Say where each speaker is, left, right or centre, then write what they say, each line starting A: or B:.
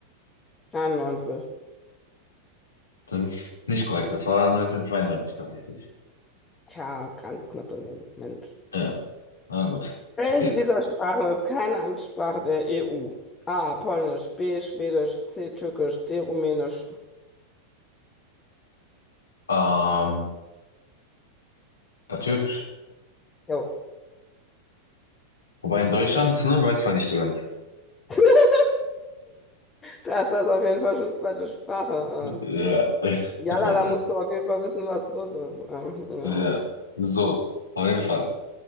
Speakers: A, on the left; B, on the left.
A: 91.
B: Das ist nicht korrekt, das war 1992 tatsächlich.
A: Tja, ganz knapp daneben. Mensch.
B: Ja, na gut,
A: Welche
B: passiert.
A: dieser Sprachen ist keine Amtssprache der EU? A. Polnisch, B. Schwedisch, C. Türkisch, D. Rumänisch.
B: Ähm, Ja, türkisch.
A: Jo.
B: Wobei in Deutschland, ne, weiß man nicht so ganz.
A: <laughs> Da ist das auf jeden Fall schon zweite Sprache.
B: Ja.
A: äh. Jalla,
B: <laughs>
A: da musst du auf jeden Fall wissen, was los ist. Ähm, ja.
B: Ja. So, auf jeden Fall.